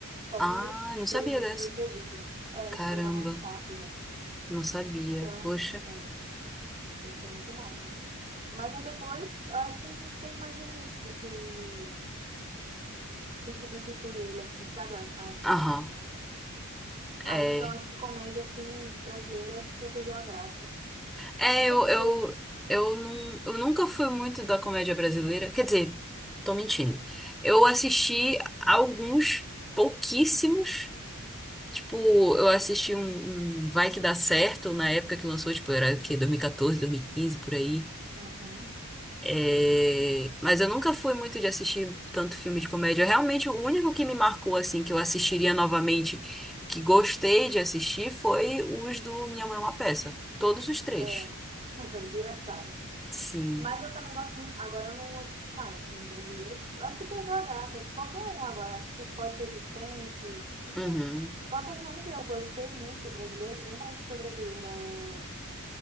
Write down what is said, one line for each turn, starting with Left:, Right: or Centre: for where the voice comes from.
Right: Só
Centre: Ah,
Right: que,
Centre: não sabia
Right: felizmente,
Centre: dessa.
Right: veio o Covid. É,
Centre: Caramba,
Right: ele tava gravando no quarto já.
Centre: não sabia.
Right: Então,
Centre: Poxa.
Right: é, eu fiquei muito mal, né? Mas aí depois, eu acho que não tem mais nenhum, tipo, que, que substitui ele, assim, sabe, a a um ponto.
Centre: Aham, é.
Right: Aí, então, acho que comédia, assim, brasileira, acho que já perdeu a graça.
Centre: É,
Right: Você...
Centre: eu, eu, eu, não, eu nunca fui muito da comédia brasileira. Quer dizer, tô mentindo. Eu assisti alguns pouquíssimos. Tipo, eu assisti um, um Vai Que Dá Certo na época que lançou, tipo, era o quê? dois mil e quatorze, 2015, por aí.
Right: Uhum.
Centre: É, Mas eu nunca fui muito de assistir tanto filme de comédia. Realmente, o único que me marcou, assim, que eu assistiria novamente, e que gostei de assistir, foi os do Minha Mãe é uma Peça. Todos os três.
Right: É, <laughs> foi engraçado.
Centre: Sim.
Right: Mas eu também gosto muito. Agora eu não assisto mais filme brasileiro. Eu acho que perdeu a graça. Qualquer um agora. Acho que pode ser suspense. Tipo,
Centre: Uhum.
Right: só teve um que eu gostei muito brasileiro, que nem parece que foi brasileiro.